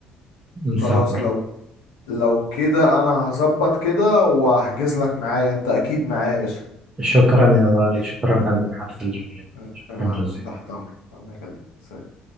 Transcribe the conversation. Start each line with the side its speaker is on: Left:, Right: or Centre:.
Right: نسافر
Left: خلاص لو لو كده انا هظبط كده واحجز لك معايا انت اكيد معايا يا باشا
Right: شكرا يا غالي شكرا على المحادثة الجميلة
Left: أه،
Right: شكرا
Left: أه،
Right: جزيلا
Left: تحت امرك الله يخليك